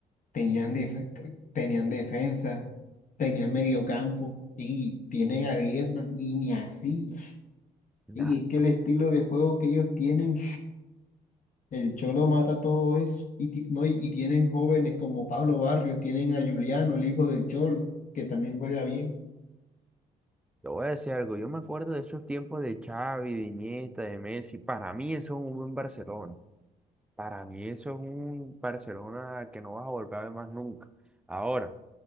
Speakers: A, on the left; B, in the centre.
A: tenían, def- tenían defensa, tenían mediocampo y tienen a Griezmann y ni así.
B: nada.
A: Y es que el estilo de juego que ellos tienen, el Cholo
B: Sí.
A: mata todo eso. Y, ti- no, y, y tienen jóvenes como Pablo Barrio, tienen a Juliano, el hijo del Cholo, que también juega bien.
B: Te voy a decir algo, yo me acuerdo de esos tiempos de Xavi, de Iniesta, de Messi. Para mí eso es un buen Barcelona. Para mí eso es un Barcelona que no vas a volver a ver más nunca. Ahora,